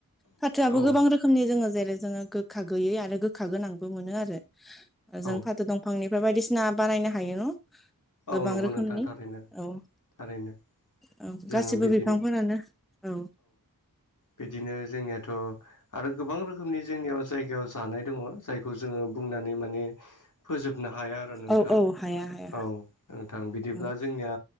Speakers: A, in the centre; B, on the left.
A: फाथोआबो
B: औ
A: गोबां रोख खोमनि जोङो जेरै जोङो गोखा गैयै आरो गोखा गोनांबो मोनो आरो ओ जों
B: औ
A: फाथो दं फांनिफ्राय बायदिसिना बानायनो हायो न'
B: औ
A: गोबां
B: नंगौ
A: रोखोमनि
B: नोंथां थारैनो
A: औ।
B: थारैनो
A: औ
B: जोङो
A: गासिबो
B: बिदिनो
A: बिफांफोरानो औ
B: बिदिनो जोंनियाथ' आरो गोबां रोखोमनि जोंनियाव जायगायाव जानाय दङ जायखौ जोङो बुंनानै माने फोजोबनो हाया आरो नोंथां
A: औ
B: औ।
A: हाया हाया
B: नोंथां बिदिब्ला
A: औ
B: जोंनिया